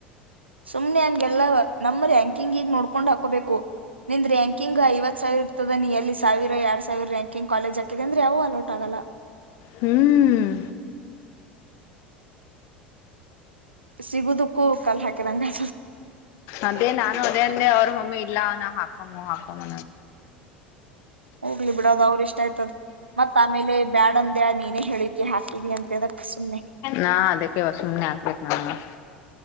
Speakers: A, on the right; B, on the left.
A: ಸುಮ್ನೆ ಹಂಗೆಲ್ಲ ನಮ್ರ ಹಂಗ ಹಿಂಗೀಗ್ ನೋಡ್ಕೊಂಡ್ ಹಾಕೋಬೇಕು. ನಿನ ರ್ಯಾಂಕಿಂಗ್ಐವ ಸಾವಿರ ಇರ್ತದ ನೀ ಎಲ್ಲಿಾವಿರಡ್ ಸಾವಿರ ರಂಕಿಂಗ್ಲಜ್ ಹಾಕ ಅಂದ್ರ ಅವು ಅಲೌಟ್ ಆಗಲ್ಲ. ಅಲ.
B: ಹ್ಮ್.
A: ಸಿಗದಕ್ಕೂ ಕಲ್ ಹಾಕಿದಂಗ.
B: ಅದೇ ನಾನು ಅದೇ ಅಂದೆ ಅವ್ರ ಮಮ್ಮಿ ಇಲ್ಲ ಅವನ ಹಾಕಮ್ಮ ಹಾಕಮ್ಮ
A: ಹೋಗ್ಲಿ ಬಿಡದ ಅವ್ರ ಇಷ್ಟ ಆಯ್ತದ. ಮತ್ತತ್ ಆಮೇಲೆ ಬ್ಯಾಡಂದ ನೀನೇ ಹೇಳಿದಿ ಹಾಕಿದಿ ಅಂತ ಅದಕ್ ಸುಮಮ್ಮನೆ.
B: ನಾ ಅದಕ್ಕೆ ಸುಮ್ಮ್ನೆ ಆಗ್ಬೇಕು ನಮಗೆ.